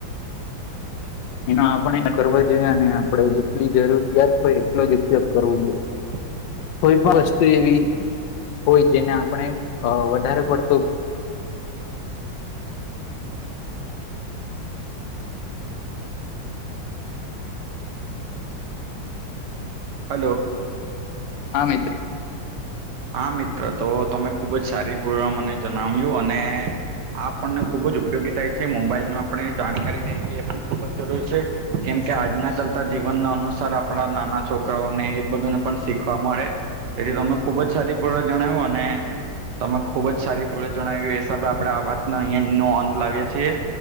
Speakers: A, on the right (about 65°); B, on the left (about 75°).
A: <inaudible>
B: એનો આપણે કરવા જોઈએ ને આપડે જેટલી જરૂરીયાત હોય એટલો જ ઉપયોગ કરવો જોઈએ.
A: <inaudible>
B: કોઈ પણ વસ્તુ એવી હોય જેને આપણે વધારે અ પડતો
A: હલો.
B: હા મિત્ર.
A: હા મિત્ર તો તમે ખુબ જ સારી પૂર્ણ મને જણાવ્યું અને આ આપણને ખૂબ જ ઉપયોગી થાય છે મોબાઈલ નો આપણે જાણકારી લેવી એ પણ ખૂબ જ જરૂરી છે. કેમકે આજના ચાલતા જીવનના અનુસાર આપણા નાના છોકરાઓને એ બધુંને પણ શીખવા મળે. એથી તમે ખુબ જ સારી પણે જણાવ્યું અને તમે ખુબ જ સારી પણે જણાવ્યું એ હિસાબે આપડે આ વાતને અહિયા નો અંત લાવીએ છીએ.